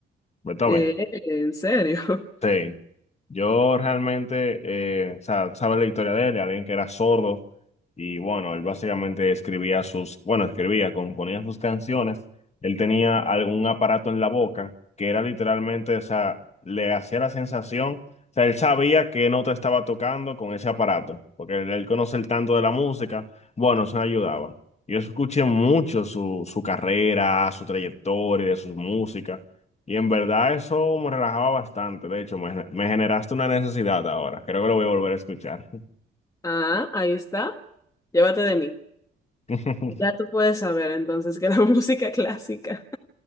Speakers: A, on the left; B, on the left.
A: Beethoven.
B: Eh, ¿en serio? <laughs>
A: Sí, yo realmente, eh, o sea, sabes la historia de él, de alguien que era sordo y bueno, él básicamente escribía sus, bueno, escribía, componía sus canciones, él tenía algún aparato en la boca que era literalmente, o sea, le hacía la sensación, o sea, él sabía qué nota estaba tocando con ese aparato, porque él, él conoce el tanto de la música, bueno, eso le ayudaba. Yo escuché mucho su, su carrera, su trayectoria, de sus músicas. Y en verdad eso me relajaba bastante. De hecho, me, me generaste una necesidad ahora. Creo que lo voy a volver a escuchar.
B: Ah, ahí está. Llévate de mí.
A: <laughs>
B: Ya tú puedes saber entonces que la <laughs> música clásica,